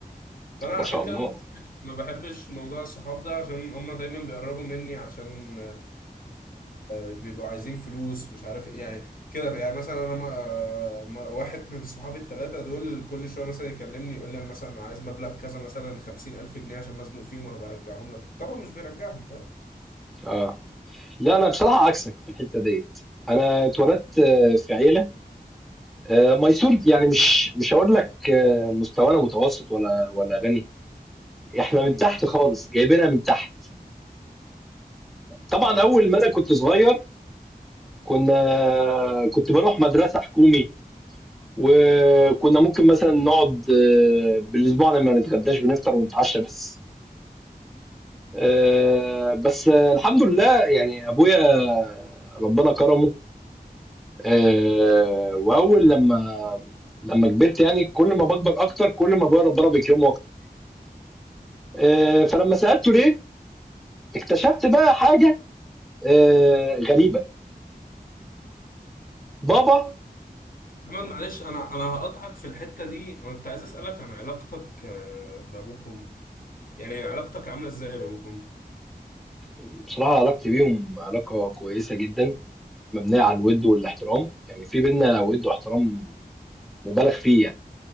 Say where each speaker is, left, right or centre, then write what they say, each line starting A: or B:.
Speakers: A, on the left; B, in the centre.
A: فانا عشان
B: ما شاء الله
A: كده ما بحبش ما بحبش موضوع الصحاب ده عشان هما دايما بيقربوا مني عشان آه، ي- بيبقوا عايزين فلوس مش عارف ايه يعني كده يعني مثلا انا ما آه، ما- واحد من صحابي الثلاثه دول كل شويه مثلا يكلمني يقول لي انا مثلا عايز مبلغ كذا مثلا 50000 جنيه عشان مزنوق فيهم وهبقى ارجعهم لك طبعا مش بيرجعهم فاهم
B: اه لا انا بصراحه عكسك في الحته ديت انا اتولدت آه، في عيله آه، ميسور يعني مش مش هقول لك آه، مستوانا متوسط ولا ولا غني احنا من
A: مم.
B: تحت خالص جايبينها من تحت طبعا
A: ايوه
B: اول ما انا كنت صغير كنا كنت بروح مدرسه حكومي وكنا ممكن مثلا نقعد آه، بالاسبوع لما نتغداش بنفطر ونتعشى بس آه، بس آه، الحمد لله يعني ابويا ربنا كرمه آه، واول لما لما كبرت يعني كل ما بكبر اكتر كل ما ابويا ربنا بيكرمه اكتر آه، فلما سالته ليه اكتشفت بقى حاجه آه، غريبه بابا
A: محمد معلش انا انا هقطعك في الحته دي انا كنت عايز اسالك عن علاقتك آه، بابوك وامك يعني علاقتك عامله ازاي بابوك وامك
B: بصراحه علاقتي بيهم علاقه كويسه جدا مبنيه على الود والاحترام يعني في بينا ود واحترام مبالغ فيه يعني